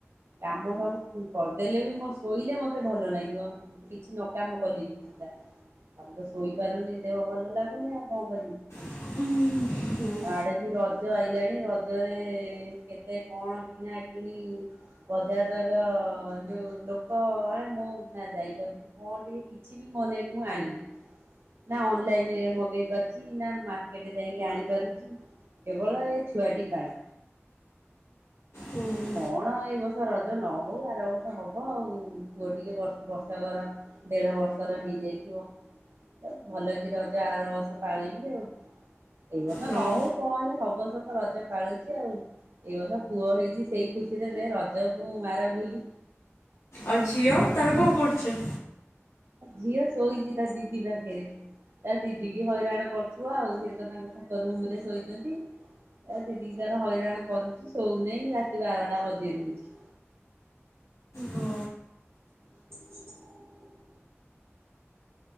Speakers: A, on the right; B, on the left.
A: କାମ ସବୁ କରିଦେଲେ ବି ମୋ ଶୋଇଲେ ମତେ ଭଲ ଲାଗିବ କିଛି ନକାମ କଲି ବି ଆଉ ତ ଶୋଇପାରୁନି ଦେହ ଭଲ ଲାଗୁନି ଆଉ କଣ କରିବି।
B: ଉଁ ହୁଁ।
A: ଆଡେ ବି ରଜ ଆଇଲାଣି ରଜରେ କେତେ କଣ କିଣା କିଣି ବଜାର ର ଯୋଉ ଲୋକ ଆ ମୁଁ ଯାଇପାରୁଛି ମୁଁ ଟିକେ କିଛି କିଛି ବି ମନେଇକି ମୁଁ ଆଣିନି। ନା ଅନଲାଇନ ରେ ମଗେଇ ପାରୁଛି ନା ମାର୍କେଟରେ ଯାଇକି ଆଣିପାରୁଛି। କେବଳ ଏ ଛୁଆଟି ପାଇଁ।
B: ହୁଁ।
A: କଣ ଏଇ ବର୍ଷ ରଜ ନ ହଉ ଆର ବର୍ଷ ହବ ଆଉ ପୁଅ ଟିକେ ଵଷ ବର୍ଷକର ଦେଢ ବର୍ଷର ହେଇଯାଇଥିବ। ଭଲ କି ରଜ ଆର ବର୍ଷ ପାଳିବି ଆଉ। ଏଇ ବର୍ଷ
B: ହଁ।
A: ନ ହଉ କଣ ହେଲେ ସବୁ ବର୍ଷ ତ ରଜ ପାଳୁଛି ଆଉ ଏଇ ବର୍ଷ ପୁଅ ହେଇଛି ସେଇ ଖୁସିରେ ସେ ରଜକୁ ମାର ଗୁଲି
B: ଆଉ ଝିଅ ତାର କଣ କରୁଛି?
A: ଝିଅ ଶୋଇଛି ତା ଦିଦି ପାଖେରେ। ତା ଦିଦି କି ହଇରାଣ କରୁଥିବ ଆଉ ସିଏ ତ ତାଙ୍କ ତାଙ୍କ ରୁମ ରେ ଶୋଇଛନ୍ତି। ଏ ଦିଦିି ତାର ହଇରାଣ କରୁଛି ଶୋଉ ନାହିଁ ରାତି ବାରଟା ବଜେଇ ଦଉଛି।
B: ହଁ
A: <unintelligible>